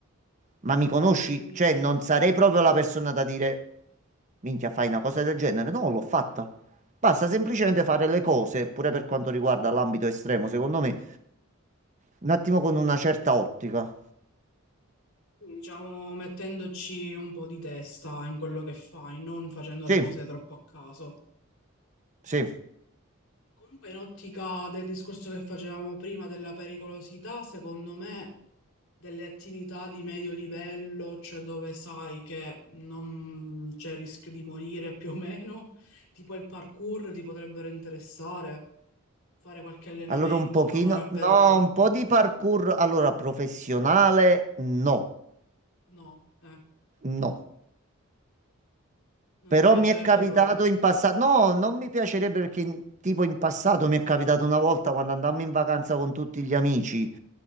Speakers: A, on the right; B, on the left.
A: Ma mi conosci?
B: Sì,
A: Cioè, non sarei proprio la persona da dire, minchia, fai una cosa del genere. No, l'ho fatta. Basta semplicemente fare le cose, pure per quanto riguarda l'ambito estremo, secondo me, un attimo con una certa ottica.
B: sì, diciamo, mettendoci un po' di testa in quello che fai, non facendo
A: Sì,
B: le cose troppo a caso.
A: sì.
B: Comunque, in ottica del discorso che facevamo prima della pericolosità, secondo me. delle attività di medio livello, cioè dove sai che non c'è rischio di morire più o meno, tipo il parkour ti potrebbero interessare, fare qualche allenamento,
A: Allora un pochino,
B: provare a
A: no,
B: vedere.
A: un po' di parkour, allora professionale, no,
B: No, eh,
A: no.
B: non
A: Però
B: ti piacerebbe
A: mi è capitato
B: proprio.
A: in passato, no, non mi piacerebbe perché in- tipo in passato mi è capitato una volta quando andammo in vacanza con tutti gli amici,